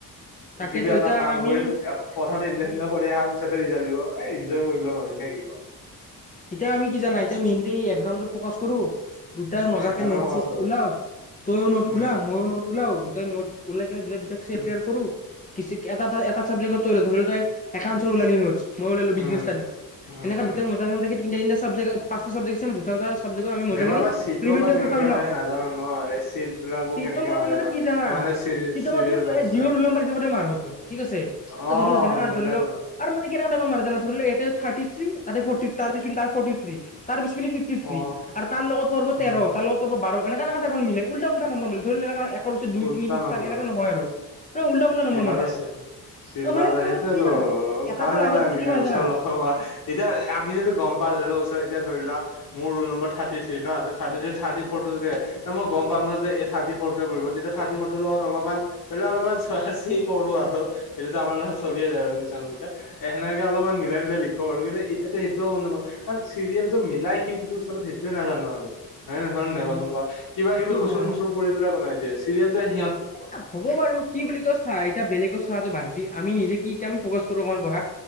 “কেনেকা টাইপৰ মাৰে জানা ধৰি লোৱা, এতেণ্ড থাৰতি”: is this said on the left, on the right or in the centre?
Left